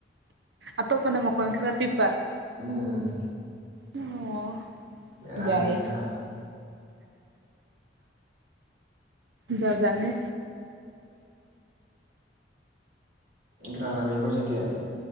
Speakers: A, on the right (about 75°); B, on the right (about 50°).
A: ꯑꯇꯣꯞꯄꯅ ꯃꯈꯣꯟ ꯈꯔ ꯄꯤꯛꯄ
B: ꯎꯝ
A: ꯑꯣ
B: ꯕꯦꯔꯥꯅꯤ
A: ꯌꯥꯏꯌꯦ
B: ꯕꯦꯔꯥ
A: ꯖꯥꯠ ꯖꯥꯠꯅꯤ
B: ꯀꯅꯥ ꯀꯅꯥ ꯂꯩꯕ꯭ꯔꯣ ꯍꯧꯖꯤꯛꯇꯤ